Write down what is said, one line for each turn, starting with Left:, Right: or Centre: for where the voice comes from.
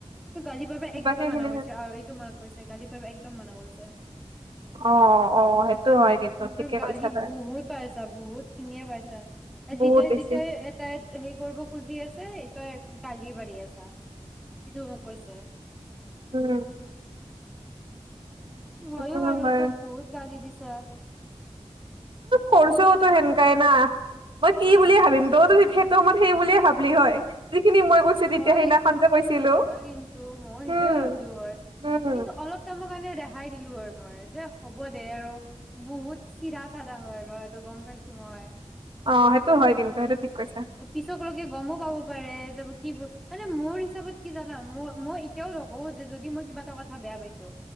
Centre: ত গালি পাৰ্বা একদমেই
Right: বাকী
Centre: মানা
Right: খিনি
Centre: কৰিছে আৰু এইটো মান কৰিছে গালি পাৰ্বা একদম মানা কৰিছে ত
Right: অ অ সেইটো হয় কিন্তু ঠিকে
Centre: তোৰ গালি
Right: কৈছা তই
Centre: বহুত পাইছা বহুত খিনিয়ে পাইছা
Right: বহুত
Centre: যেতিয়া
Right: বেছি
Centre: যেতিয়া এ তাই হেৰি কৰিব খুজি আছে তই একদ কালি পাৰি আছা সটোক কৈছে
Right: উম
Centre: হয়য়ো
Right: সেইটো
Centre: আৰু
Right: হয়
Centre: তাক বহুত গালি দিছে ছ <inaudible>
Right: কৰছও তো সেনকাই না মই কি বুলিয়ে ভাবিম তইতো সেটো সময়ত সেই বুলিয়ে ভাবলি হয় যিখিনি মই কৈছো তেতিয়া
Centre: হয়
Right: সেইদিনাখন যে কৈছিলো
Centre: হয় কিন্তু মইও সেইটোয়ে
Right: উম
Centre: ভাবিলো হয়
Right: উম
Centre: কিন্তু অলপ টামমৰ কাৰণে ৰেহাই দিলো হয় মই যে হ'ব দে আৰু বহুত চিধা চাধা হয় ল'ৰাটো গম পাইছো মই
Right: অ সেইটো হয় কিন্তু সেইটো ঠিক কৈছা
Centre: পিছক লকে গমো পাব পাৰে যে কিবোৰ মানে মোৰ হিচাপত কি জানা ম মই এতিয়াও নকওঁ যে যদি মই কিবা এটা কথা বেয়া পাইছো